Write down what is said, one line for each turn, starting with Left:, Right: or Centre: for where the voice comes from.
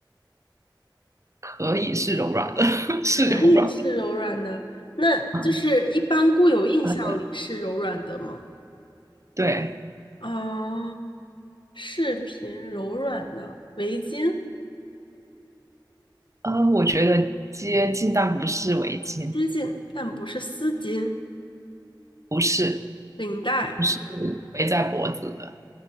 Right: 可以是柔软的，<laughs> 是柔软的
Left: 可以是柔软的，那就是一般固有印象里是柔软的吗？
Right: 啊。呃，对，
Left: 啊，饰品柔软的围巾，
Right: 呃，我觉得接近，但不是围巾，
Left: 接近但不是丝巾，
Right: 不是，
Left: 领带
Right: 不是围在脖子的，